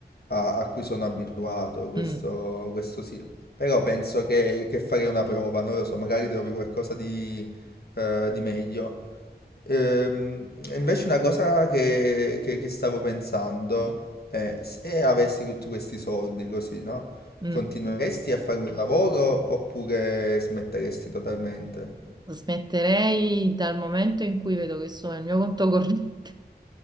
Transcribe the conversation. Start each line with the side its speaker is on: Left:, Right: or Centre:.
Left: a, a cui sono abituato, questo,
Right: Mm,
Left: questo sì. Però penso che, che farei una prova, non lo so, magari trovi qualcosa di, eh, di meglio. Ehm, invece una cosa che, che- che stavo pensando è se avessi tutti questi soldi così, no?
Right: mm.
Left: Continueresti a fare un lavoro oppure smetteresti totalmente?
Right: Smetterei dal momento in cui vedo che sono il mio conto corrente. <laughs>